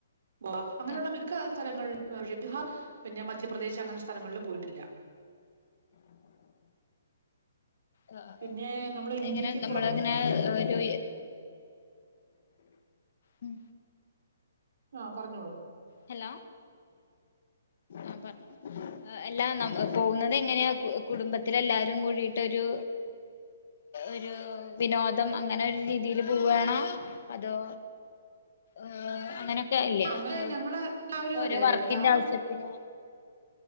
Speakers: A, on the right; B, on the left.
A: ഗ്വാ അങ്ങനെയുള്ള
B: ആഹ്
A: മിക്ക സ്ഥലങ്ങളിലും ഷഡിഹാർ പിന്നെ മധ്യപ്രദേശ് അങ്ങനെ സ്ഥലങ്ങളിൽ പോയിട്ടില്ല.
B: ആ ആഹ്
A: പിന്നെ നമ്മളെ ഇന്ത്യക്ക്
B: എങ്ങനെ നമ്മളങ്ങനെ
A: പുറ
B: ഒരു ഉം
A: ആഹ് പറഞ്ഞോളൂ.
B: ഹലോ ആ പറഞ്ഞു എല്ലാ ന പോകുന്നത് എങ്ങനെയാ കു കുടുംബത്തില എല്ലാരും കൂടിട്ടൊരു ഒരു വിനോദം അങ്ങനെ ഒരു രീതിൽ പോവാണോ അതോ ഏഹ് അങ്ങനെ അല്ലേ
A: അങ്ങനെ
B: ഏഹ്
A: ഞങ്ങള് എല്ലാവരും
B: ഓരോ
A: അതെ
B: വർക്കിന്റെ
A: എല്ലാവരും
B: ആവശ്യത്തിന്